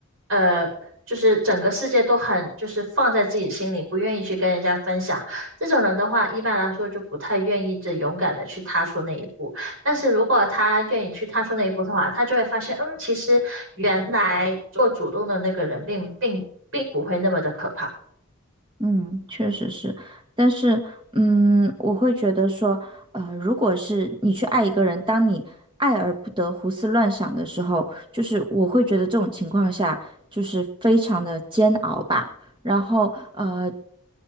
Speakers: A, on the right; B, on the right.
A: 呃，就是整个世界都很就是放在自己心里，不愿意去跟人家分享。这种人的话，一般来说就不太愿意这勇敢的去踏出那一步。但是如果他愿意去踏出那一步的话，他就会发现，嗯，其实原来做主动的那个人并并并不会那么的可怕。
B: 嗯，确实是，但是，嗯，我会觉得说，呃，如果是你去爱一个人，当你爱而不得、胡思乱想的时候，就是我会觉得这种情况下就是非常的煎熬吧。然后，呃，